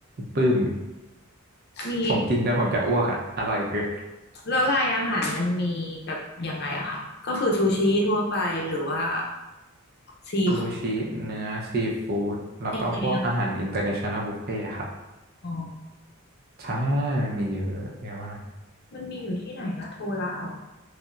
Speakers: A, on the right; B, on the left.
A: ปลื้ม <laughs>
B: มี
A: ผมกินแล้วผมจะอ้วกอ่ะอร่อยเกิน
B: แล้วลายอาหารมันมีแบบยังไงอะคะก็คือซูชิทั่วไปหรือว่าซีฟู้ด
A: ซูชิเนื้อซีฟู้ดแล้วก็พวกอาหารอินเตอร์เนชั่นแนลบุฟเฟ่ครับ
B: ในทะเคมอ๋อ
A: ใช่มันมีเยอะเยอะมาก
B: มันมีอยู่ที่ไหนอะโทระอ๋อ